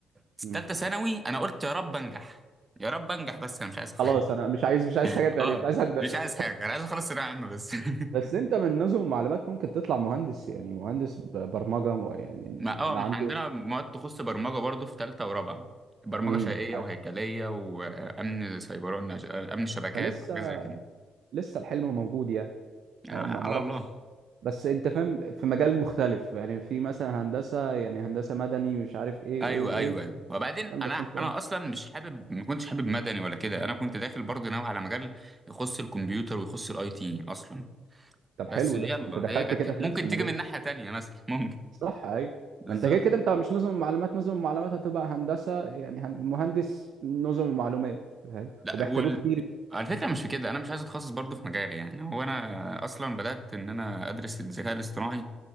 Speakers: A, on the right (about 20°); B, on the right (about 70°).
A: في
B: امم
A: تالتة ثانوي انا قلت يا رب انجح يا رب انجح بس انا مش عايز <laughs>
B: خلاص انا مش عايز مش عايز حاجه تانية
A: اه
B: مش عايز هندسه
A: مش عايز حاجه انا عايز اخلص ثانويه عامه بس <laughs>
B: بس انت من نظم المعلومات ممكن تطلع مهندس يعني مهندس ب- برمجه مو- يعني
A: ما اه
B: انا
A: ما
B: عندي
A: احنا عندنا مواد تخص برمجة برضو في تالتة ورابعة برمجة
B: امم
A: شيئية وهيكلية وأمن سيبراني أمن شبكات
B: فلسه
A: وحاجات زي كده
B: لسه الحلم موجود يعني
A: يعني
B: يعني ما ما
A: على
B: راحش
A: الله
B: بس انت فاهم في مجال مختلف يعني في مثلا هندسه يعني هندسه مدني ومش عارف ايه
A: أيوه
B: وايه وايه
A: أيوه وبعدين
B: فاهم
A: أنا
B: بس
A: أنا
B: انت ايه
A: أصلا مش حابب ما كنتش حابب مدني ولا كده أنا كنت داخل برضو ناوي على مجال يخص الكمبيوتر ويخص الأي تي أصلا
B: طب
A: بس
B: حلو
A: يلا
B: ده ما انت دخلت
A: هي جت
B: كده في
A: ممكن
B: نفس المجال
A: تيجي من ناحية تانية مثلا <laughs> ممكن
B: صح ايوه
A: بالظبط
B: ما انت كده كده انت مش نظم معلومات نظم معلومات هتبقى هندسه يعني هن- مهندس نظم ومعلومات فاهم
A: لا
B: وبيحتاجوه
A: وال...
B: كتير
A: على فكرة مش في كده أنا مش عايز أتخصص برضو في مجالي يعني هو أنا أصلا بدأت إن أنا أدرس الذكاء الاصطناعي